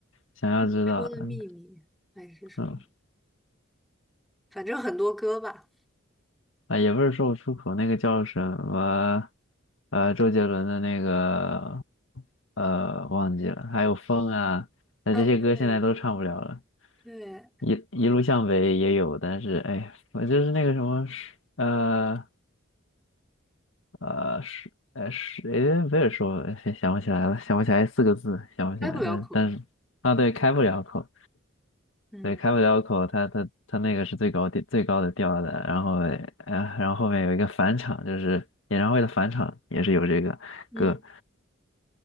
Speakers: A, on the left (about 70°); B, in the centre.
A: 想要知道，
B: 你说的秘密还是什么，
A: 嗯。嗯
B: 反正很多歌吧。
A: 啊，也不是说不出口，那个叫什么，呃，周杰伦的那个，呃，忘记了，还有风啊，那这些歌现在都唱不了了。
B: 啊，对对，
A: 一一路向北也有，但是哎，我就是那个什么，呃呃是呃是，哎，不是说哎想不起来了，想不起来四个字，想不起来，
B: 开不了口。
A: 但但是啊，对，开不了口。
B: 嗯
A: 对，开不了口，他他他那个是最高调最高的调的，然后呃，然后后面有一个返场，就是演唱会的返场也是有这个歌
B: 嗯，